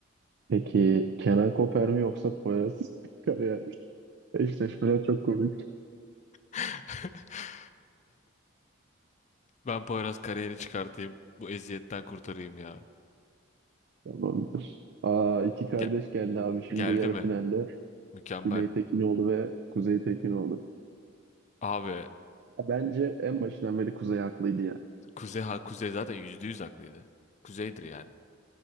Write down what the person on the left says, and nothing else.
<laughs> Ben Poyraz kariyeri çıkartayım. Bu eziyetten kurtarayım ya.
Ge-
geldi
mi?
Mükemmel.
Abi
Kuzey, ha, Kuzey zaten yüzde yüz haklıydı. Kuzey'dir yani.